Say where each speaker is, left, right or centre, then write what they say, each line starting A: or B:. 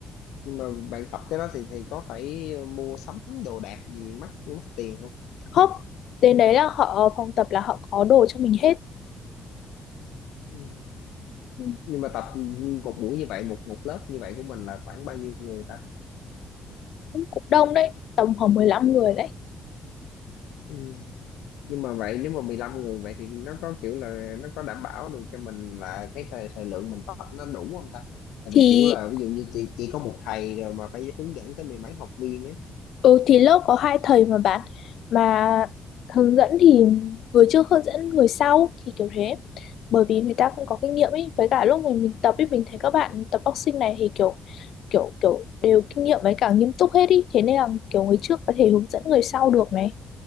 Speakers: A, on the left (about 90°); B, on the left (about 70°).
A: nhưng mà bạn tập cái đó thì thì có phải mua sắm đồ đạc gì mắc mắc tiền
B: không đến đấy là họ phòng tập là họ có đồ cho mình hết
A: không
B: Ừ,
A: nhưng mà tập một buổi như vậy một một lớp như vậy của mình là khoảng bao nhiêu người ta
B: cũng cũng đông đấy tầm khoảng 15 người đấy
A: ừ. nhưng mà vậy nếu mà 15 người vậy thì nó có kiểu là nó có đảm bảo được cho mình là cái thời thời lượng mình tập nó đủ không ta tại
B: thì
A: vì kiểu là ví dụ như chỉ, chỉ có một thầy rồi mà phải hướng dẫn tới mười mấy học viên ấy
B: Ừ thì lớp có hai thầy mà bạn mà hướng dẫn thì người trước hướng dẫn người sau thì kiểu thế bởi vì người ta cũng có kinh nghiệm ấy với cả lúc mình mình tập ấy mình thấy các bạn tập boxing này thì kiểu kiểu kiểu đều kinh nghiệm với cả nghiêm túc hết ý thế nên là kiểu người trước có thể hướng dẫn người sau được này